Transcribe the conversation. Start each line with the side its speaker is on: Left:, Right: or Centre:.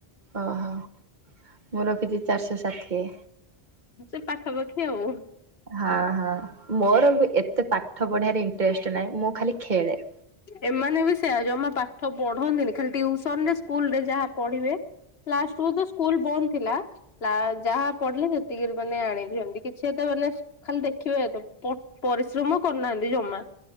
Right: ଓହୋ ମୁଁ ରଖିଚି ଚାରିଶହ ଷାଠିଏ।
Left: ସେ ପାଖାପାଖି ଆଉ।
Right: ହଁ ହଁ ମୋରବି ଏତେ ପାଠ ପଢିବାରେ ଇଣ୍ଟରେଷ୍ଟ ନାହିଁ ମୁଖାଲି ଖେଳେ।
Left: ଏମାନେବି ସେୟା ଜମା ପାଠ ପଢନ୍ତିନି ଖାଲି ଟୁଉସନରେ ସ୍କୁଲରେ ଯାହା ପଢ଼ିବେ। ଲାଷ୍ଟଟକୁତ ସ୍କୁଲ୍ ବନ୍ଦ ଥିଲା। ଲା ଯାହା ପଢ଼ିଲେ ସେତିକିରୁ ମାନେ ଆଣିଛନ୍ତି କିଛି ଏତେ ମାନେ ଖାଲି ଦେଖିବେତ ପ ପରିଶ୍ରମ କରିନାହାନ୍ତି ଜମା।